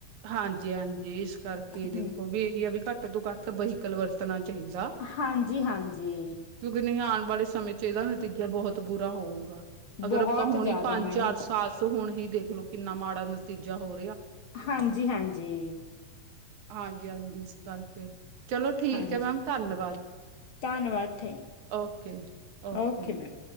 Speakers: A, on the right; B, on the left.
A: ਹਾਂਜੀ-ਹਾਂਜੀ ਇਸ ਕਰਕੇ
B: ਹਮ
A: ਦੇਖੋ ਵੀ ਇਹ ਆ ਵੀ ਘੱਟ ਤੋਂ ਘੱਟ ਵਹੀਕਲ ਵਰਤਣਾ ਚਾਹੀਦਾ।
B: ਹਾਂਜੀ-ਹਾਂਜੀ।
A: ਕਿਉਂਕਿ ਨਈ ਆਉਣ ਵਾਲੇ ਸਮੇਂ ਚ ਇਹਦਾ ਨਤੀਜਾ ਬੋਹਤ ਬੁਰਾ ਹੋਊਗਾ। ਅਗਰ
B: ਬਹੁਤ
A: ਆਪਾਂ ਹੁਣ
B: ਜ਼ਿਆਦਾ
A: ਹੀ ਪੰਜ-ਚਾਰ
B: ਮੈਮ
A: ਸਾਲ ਸ ਹੁਣ ਹੀ ਦੇਖਲੋ ਕਿੰਨਾ ਮਾੜਾ ਨਤੀਜਾ ਹੋ ਰਿਆ।
B: ਹਾਂਜੀ-ਹਾਂਜੀ।
A: ਹਾਂਜੀ-ਹਾਂਜੀ ਇਸ ਕਰਕੇ ਚਲੋ ਠੀਕ
B: ਹਾਂਜੀ
A: ਹੈ ਮੈਮ ਧੰਨਵਾਦ।
B: ਧੰਨਵਾਦ ਥੈਂ
A: ਓਕੇ-ਓਕੇ।
B: Okay ma'am